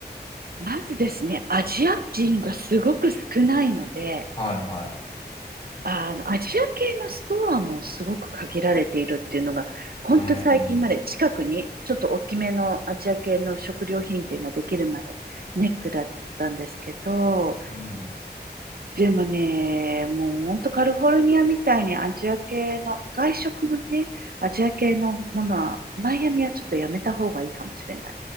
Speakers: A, on the right; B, on the left.
A: まずですね、アジア人がすごく少ないので、
B: はいはい。
A: あの、アジア系のストアもすごく限られているっていうのが、ほんと最近まで近くにちょっと大きめのアジア系の食料品店ができるまでネックだったんですけど、
B: うーん。うん。
A: でもね、もうほんとカリフォルニアみたいにアジア系の、外食もね、アジア系のものは、マイアミはちょっとやめた方がいいかもしれない。